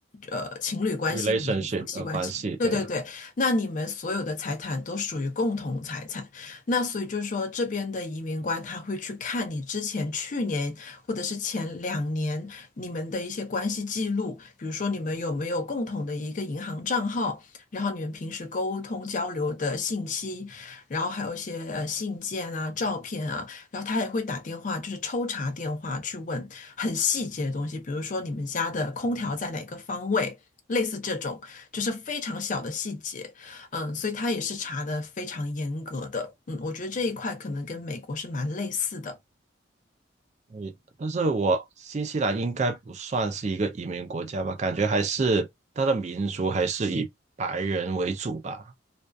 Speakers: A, on the left (about 40°); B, on the right (about 35°).
A: 呃情侣关系或者是夫妻关系。
B: relationship 呃关系，
A: 对对对，
B: 对
A: 那你们所有的财产都属于共同财产。那所以就是说，这边的移民官他会去看你之前去年或者是前两年你们的一些关系记录，比如说你们有没有共同的一个银行账号，然后你们平时沟通交流的信息，然后还有一些呃信件啊、照片啊，然后他也会打电话，就是抽查电话去问很细节的东西，比如说你们家的空调在哪个方位。类似这种，就是非常小的细节，嗯，所以他也是查的非常严格的，嗯，我觉得这一块可能跟美国是蛮类似的。
B: 你，但是我新西兰应该不算是一个移民国家吧？感觉还是它的民族还是以白人为主吧？